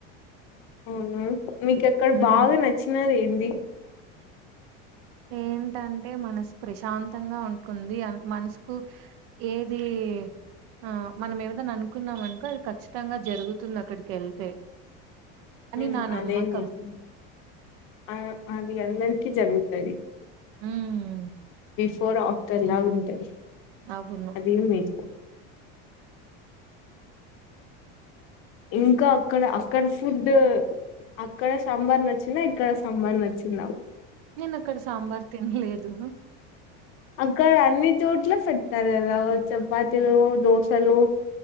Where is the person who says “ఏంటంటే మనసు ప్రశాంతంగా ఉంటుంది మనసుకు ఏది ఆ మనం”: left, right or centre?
Right